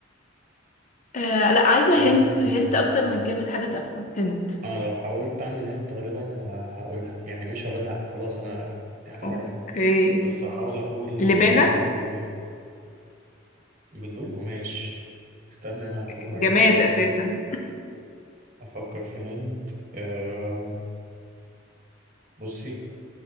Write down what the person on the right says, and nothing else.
ممكن
آه،
انا لو حاولت اعمل هنت غالبا ه- هقولها يعني مش هقولها خلاص انا هتعرف
بس هحاول اقول
هنت آه، بنقول قماش استنى انا هفكر
لك في هنت
هفكر في هنت أه بصي